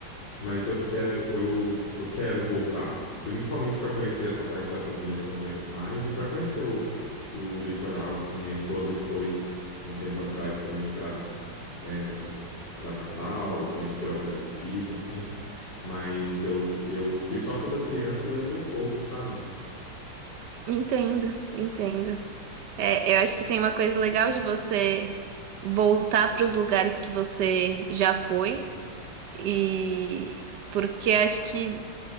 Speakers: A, on the left; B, on the right.
A: mas eu quero, eu, eu quero voltar, principalmente para conhecer essa parte da família que eu não conheço mais e para conhecer o, o litoral, assim, minha esposa foi um tempo atrás também para, né, para Natal, conheceu a Praia de Pipa, assim, mas eu, eu fui só quando eu criança e lembro pouco, sabe?
B: Entendo, entendo. É, eu acho que tem uma coisa legal de você voltar para os lugares que você já foi e porque acho que